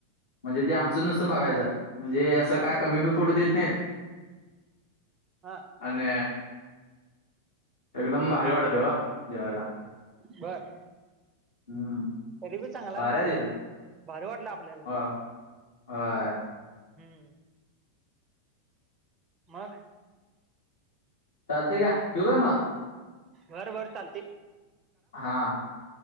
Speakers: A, on the left; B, on the right.
A: म्हणजे ते आमचं नुसतं बघायचं. म्हणजे असं
B: हा
A: काय कमी बी पडू देत नाहीत.
B: हा.
A: आणि एकदम भारी वाटतंय वो जेवायला.
B: बरं‌.
A: हम्म
B: तरी बी चांगलाय
A: भारी
B: म्हणा.
A: आहे तिथं
B: भारी वाटलं आपल्याला
A: हो
B: ते.
A: होय.
B: हम्म. मग?
A: चालतंय घ्या. ठेवु काय मग?
B: बरं बरं चालतय.
A: हा.